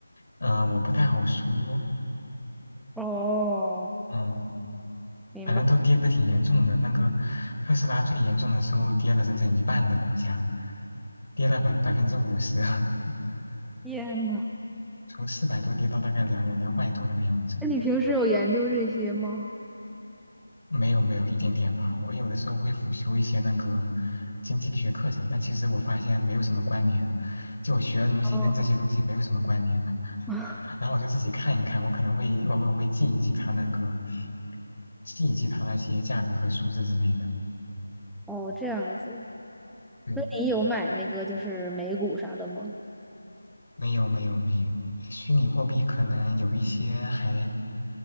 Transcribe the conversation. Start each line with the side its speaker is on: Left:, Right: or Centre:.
Left: 呃，我不太好说，
Centre: 哦，
Left: 嗯。
Centre: 明白。
Left: 反正都跌得挺严重的。那个特斯拉最严重的时候跌了整整一半的股价，跌了百百分之五十，<laughs>
Centre: 天呐，
Left: 从四百多跌到大概两两两百多那个样子。
Centre: 那你平时有研究这些吗？
Left: 没有没有，一点点吧。我有的时候会辅修一些那个经济学课程，但其实我发现没有什么关联，就我学的东西跟这些东西没有什么关联。
Centre: 哦，<laughs>
Left: <laughs> 然后我就自己看一看，我可能会偶尔会记一记它那个，记一记它那些价格和数字之类的。
Centre: 哦，这样子。
Left: 对，
Centre: 那你有买那个就是美股啥的吗？
Left: 没有没有没有，虚拟货币可能有一些还